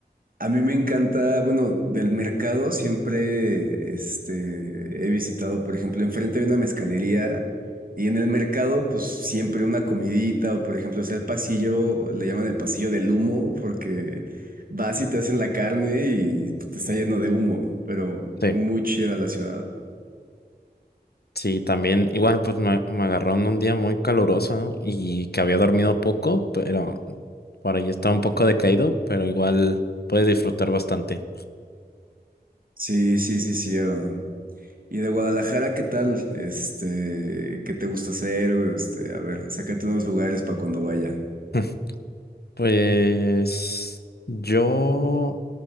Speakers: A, on the right; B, on the left.
A: A mí me encanta, bueno, del mercado siempre este, he visitado, por ejemplo, enfrente hay una mezcalería y en el mercado, pues siempre una comidita o, por ejemplo, es el pasillo, le llaman el pasillo del humo porque vas y te hacen la carne y te está lleno de humo, pero
B: Sí.
A: muy chida la ciudad.
B: Sí, también, igual, pues me, me agarró en un día muy caluroso ¿no? y que había dormido poco, pero por ahí estaba un poco decaído, pero igual puedes disfrutar bastante.
A: Sí, sí, sí, sí. hermano. Y de Guadalajara, ¿qué tal? Este, ¿qué te gusta hacer? Este, a ver, sácate unos lugares para cuando vaya.
B: <laughs> Pues yo